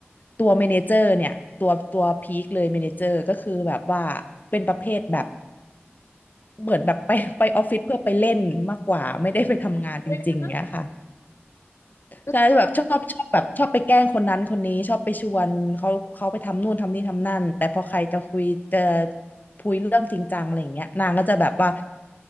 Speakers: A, on the left; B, on the left.
A: ตัวเมเนเจอร์เนี่ยตัวตัวพีคเลยเมเนเจอร์ก็คือแบบว่าเป็นประเภทแบบเหมือนแบบไปไปออฟฟิศเพื่อไปเล่นมากกว่าไม่ได้ไปทำงานจริงๆเนี้ยค่ะ
B: เนื้อเรื่องลึกมาก
A: ใช่แบบชอบชอบแบบชอบไปแกล้งคนนั้นคนนี้ชอบไปชวนเขาเขาไปทำนู่นทำนี่ทำนั่นแต่พอใครจะคุยจะคุยเรื่องจริงจังอะไรอย่างเงี้ยนางก็จะแบบว่า